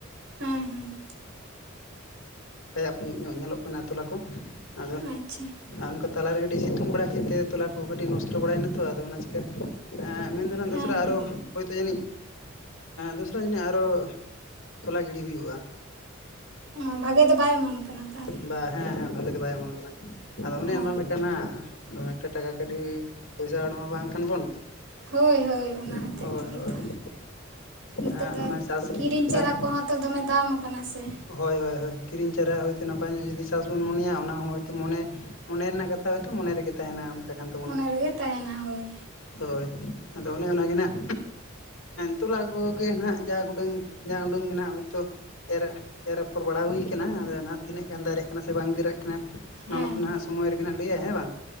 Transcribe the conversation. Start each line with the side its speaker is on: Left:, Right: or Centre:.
Right: ᱦᱮᱸ ᱦᱮᱸ
Left: ᱯᱟᱭᱟᱯ ᱧᱚᱜ ᱧᱮᱞᱚᱜ ᱠᱟᱱᱟ ᱴᱚᱞᱟ ᱠᱚ ᱟᱫᱚ
Right: ᱟᱪᱪᱷᱟ
Left: ᱟᱨ ᱚᱱᱠᱟ ᱛᱟᱞᱟᱨᱮ ᱠᱟᱹᱴᱤᱡ ᱥᱤᱛᱩᱝ ᱵᱟᱲᱟ ᱠᱮᱫ ᱛᱮ ᱛᱚᱞᱟ ᱠᱚ ᱠᱟᱹᱴᱤᱡ ᱱᱚᱥᱴᱚ ᱵᱟᱲᱟᱭᱮᱱᱟ ᱛᱚ ᱟᱫᱚ ᱚᱱᱟ ᱪᱤᱠᱟᱹ, ᱢᱮᱱ ᱫᱚ ᱱᱟᱜ
Right: ᱦᱮᱸ
Left: ᱫᱚᱥᱨᱟ ᱟᱨᱦᱚ
Right: ᱦᱮᱸ
Left: ᱦᱳᱭᱛᱳ ᱡᱟᱹᱱᱤᱡ, ᱫᱚᱥᱨᱟ ᱡᱟᱹᱱᱤᱡ ᱟᱨ ᱦᱚ ᱛᱚᱞᱟ ᱜᱤᱰᱤ ᱦᱩᱭᱩᱜᱼᱟ᱾
Right: ᱚ ᱵᱷᱟᱜᱮ ᱫᱚ ᱵᱟᱭ ᱮᱢᱚᱱ ᱟᱠᱟᱱᱟ ᱛᱟᱸᱦᱚᱞᱮ,
Left: ᱵᱟ ᱦᱮᱸ ᱦᱮᱸ ᱵᱷᱟᱜᱤ ᱫᱚ ᱵᱟᱭ ᱚᱢᱚᱱ ᱟᱠᱟᱱᱟ ᱟᱫᱚ ᱚᱱᱮ
Right: ᱚ
Left: ᱚᱱᱟ ᱞᱮᱠᱟ ᱱᱟᱜ ᱫᱚᱢᱮ ᱮᱠᱴᱟ ᱴᱟᱠᱟ ᱠᱟᱹᱣᱰᱤ, ᱯᱚᱭᱥᱟ ᱦᱚᱲ ᱢᱟ ᱵᱟᱝ ᱠᱟᱱ ᱵᱚᱱ,
Right: ᱦᱳᱭ ᱦᱳᱭ ᱚᱱᱟ ᱦᱚᱛᱮᱫ
Left: ᱦᱳᱭ
Right: ᱛᱮᱜᱮ
Left: ᱦᱳᱭ
Right: ᱛᱚ ᱱᱤᱛᱚᱜ
Left: ᱟᱫᱚ ᱮᱸ
Right: ᱫᱚ
Left: ᱚᱱᱟ ᱪᱟᱥ
Right: ᱠᱤᱨᱤᱧ ᱪᱟᱨᱟ
Left: ᱪᱟᱥ
Right: ᱠᱚᱦᱚ, ᱛᱚ ᱫᱚᱢᱮ ᱫᱟᱢ ᱟᱠᱟᱱᱟ ᱦᱮ ᱥᱮ,
Left: ᱦᱳᱭ ᱦᱳᱭ ᱦᱳᱭ ᱠᱤᱨᱤᱧ ᱪᱟᱨᱟ ᱦᱚᱭᱛᱳ ᱱᱟᱯᱟᱭ ᱧᱚᱜ ᱡᱩᱫᱤ ᱪᱟᱥᱵᱚᱱ ᱢᱚᱱᱮᱭᱟ ᱚᱱᱟ ᱦᱚᱸ ᱦᱳᱭᱛᱳ ᱢᱚᱱᱮ, ᱢᱚᱱᱮ ᱨᱮᱱᱟᱜ ᱠᱟᱛᱷᱟ ᱦᱳᱭᱛᱳ ᱢᱚᱱᱮ ᱨᱮᱜᱮ ᱛᱟᱸᱦᱮᱱᱟ ᱚᱱᱠᱟ ᱠᱟᱱ ᱛᱟᱵᱚᱱᱟ,
Right: ᱚᱱᱟ ᱨᱮᱜᱮ ᱛᱟᱦᱮᱱᱟ ᱦᱳᱭ
Left: ᱦᱳᱭ ᱟᱫᱚ ᱚᱱᱮ ᱚᱱᱟᱜᱮ ᱱᱟᱜ, ᱛᱚᱞᱟ ᱠᱚᱜᱮ ᱱᱟᱜ ᱡᱟ ᱩᱰᱟᱹᱝ ᱡᱟ ᱩᱰᱟᱹᱝ ᱜᱮ ᱱᱟᱜ ᱦᱳᱭᱛᱳ ᱮᱨ, ᱮᱨ ᱟᱯᱷᱚᱨ ᱵᱟᱲᱟ ᱦᱩᱭ ᱟᱠᱟᱱᱟ ᱟᱫᱚ ᱱᱟᱦᱟᱜ ᱛᱤᱱᱟᱹᱜ ᱜᱟᱱ ᱫᱟᱨᱮᱜ ᱠᱟᱱᱟ ᱥᱮ ᱵᱟᱝ ᱫᱟᱨᱮᱜ ᱠᱟᱱᱟ ᱚᱱᱟ
Right: ᱦᱮᱸ
Left: ᱢᱟᱛᱚ, ᱚᱱᱟ ᱦᱟᱜ ᱥᱚᱢᱚᱭ ᱨᱮᱜᱮ ᱱᱟᱜ ᱞᱟᱹᱭᱟᱭ ᱦᱮᱸ ᱵᱟᱝ,